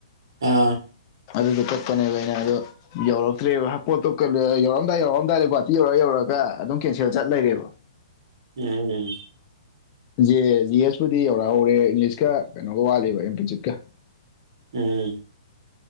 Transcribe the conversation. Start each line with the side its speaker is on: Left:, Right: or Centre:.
Right: ꯑꯥ
Left: ꯑꯗꯨꯗꯣ ꯀꯛꯄꯅꯦꯕ ꯑꯩꯅ ꯑꯗꯣ ꯌꯧꯔꯛꯇ꯭ꯔꯦꯕ ꯄꯣꯠꯇꯣ ꯀꯛꯂ ꯌꯧꯔꯛꯑꯝꯗꯥꯏ ꯌꯧꯔꯛꯑꯝꯗꯥꯏ ꯒꯧꯍꯥꯇꯤ ꯌꯧꯔ ꯌꯧꯔ <unintelligible> ꯑꯗꯨꯝ ꯀꯦꯟꯁꯦꯜ ꯆꯠ ꯂꯩꯔꯦꯕ
Right: ꯅꯥꯏ ꯅꯥꯏ
Left: ꯖꯦ ꯖꯤ ꯑꯦꯁ ꯄꯨꯗꯤ ꯌꯧꯔꯛꯍꯧꯔꯦ ꯏꯪꯂꯤꯁꯀ ꯀꯩꯅꯣꯒ ꯋꯥꯠꯂꯤꯕ ꯑꯦꯝꯄ꯭ꯂꯤꯆꯨꯠꯀ
Right: ꯎꯝ